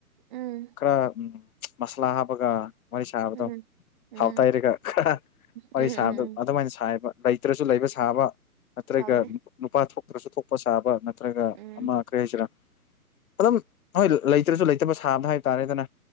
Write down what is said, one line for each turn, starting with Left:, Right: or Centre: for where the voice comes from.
Right: ꯎꯝ
Left: ꯈꯔ ꯎꯝ ꯃꯁꯂꯥ ꯍꯥꯞꯄꯒ ꯋꯥꯔꯤ ꯁꯥꯕꯗꯣ
Right: ꯎꯝ ꯎꯝ
Left: ꯊꯥꯎ ꯇꯩꯔꯒ ꯍꯥ ꯋꯥꯔꯤ
Right: ꯎꯝ ꯎꯝ
Left: ꯁꯥꯕꯗꯣ
Right: ꯎꯝ
Left: ꯑꯗꯨꯃꯥꯏꯅ ꯁꯥꯏꯌꯦꯕ ꯂꯩꯇ꯭ꯔꯁꯨ ꯂꯩꯕ ꯁꯥꯕ ꯅꯠꯇ꯭ꯔꯒ
Right: ꯁꯥꯕꯅꯦ
Left: ꯅꯨꯄꯥ ꯊꯣꯛꯇ꯭ꯔꯁꯨ ꯊꯣꯛꯄ ꯁꯥꯕ ꯅꯠꯇ꯭ꯔꯒ
Right: ꯎꯝ
Left: ꯑꯃ ꯀꯩ ꯍꯥꯏꯁꯤꯔꯥ ꯑꯗꯨꯝ ꯍꯣꯏ ꯂꯩꯇ꯭ꯔꯁꯨ ꯂꯩꯇꯕ ꯁꯥꯕꯗꯣ ꯍꯥꯏ ꯇꯥꯔꯦꯗꯅ